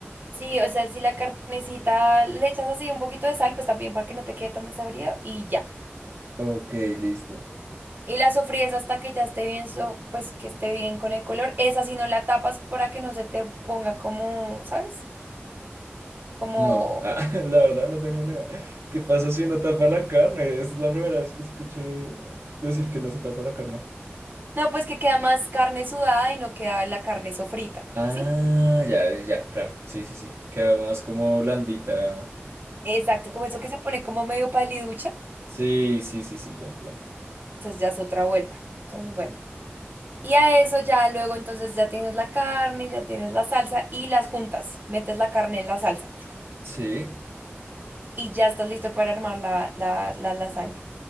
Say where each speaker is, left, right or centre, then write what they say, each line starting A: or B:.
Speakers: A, on the right (about 45°); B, on the right (about 75°).
A: Sí, o sea, si la carnecita le echas así un poquito de sal, pues está bien para que no te quede tan desabrida y ya.
B: Ok, listo.
A: Y la sofríes hasta que ya esté bien, so- pues que esté bien con el color. Esa si no la tapas para que no se te ponga como, ¿sabes? Como,
B: No, ah, <laughs> la verdad no tengo ni idea. ¿Qué pasa si uno tapa la carne? Es la primera vez que escucho decir que no se tapa la carne.
A: no, pues que queda más carne sudada y no queda la carne sofrita,
B: Ah,
A: ¿sí?
B: ya, ya, claro. Sí, sí, sí. Queda más como blandita.
A: Exacto,
B: Ay.
A: como eso que se pone como medio paliducha.
B: Sí, sí, sí, sí, ya entiendo.
A: Entonces ya es otra vuelta. Entonces, bueno. Y a eso ya luego entonces ya tienes la carne, ya tienes la salsa y las juntas. Metes la carne en la salsa
B: Sí.
A: y ya estás listo para armar la, la, la lasaña.